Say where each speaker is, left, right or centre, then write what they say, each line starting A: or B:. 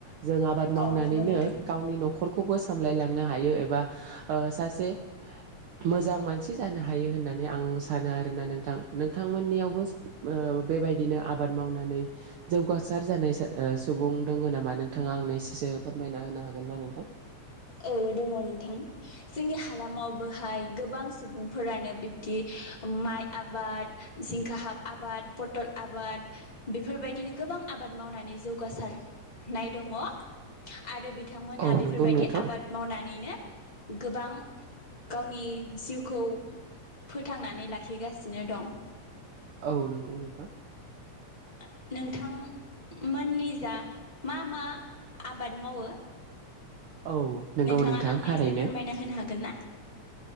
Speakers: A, on the right; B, on the left.
A: जों आबाद मावनानैनो
B: औ नंगौ नोंथां
A: गावनि नखर खौबो सामलायलांनो हायो एबा ओ सासे मोजां मानसि जानो हायो होननानै आं सानो आरोना नोंथां नोंथांमोननियावबो ओ बेबायदिनो आबाद मावनानै जौगासार जानाय सुबुं दंङ नामा नोंथाङा आंनो एसेसो फोरमायना होनो हागोन ना नोंथां
B: औ दंङ नोंथां जोंनि हालामावबोहाय गोबां सुबुंफोरानो बिब्दि माइ आबाद जिंखा हाब आबाद पटल आबाद बेफोरबायदिनो गोबां आबाद मावनानै जौगासारनाय दंङ आरो बि बिथांमोना
A: औ
B: बेफोरबायदि
A: नंगौ नोंथां
B: मावनानैनो गोबां गावनि जिउखौ फोथांनानै लाखिगासिनो दं
A: औ नंगौ नोंथां
B: ओ नोंथांमोननि जा मा मा आबाद मावो
A: औ नंगौ
B: नोंथाङा
A: नोंथां
B: आंनो
A: थारैनो
B: एसे फोरमायना होनो हागोन ना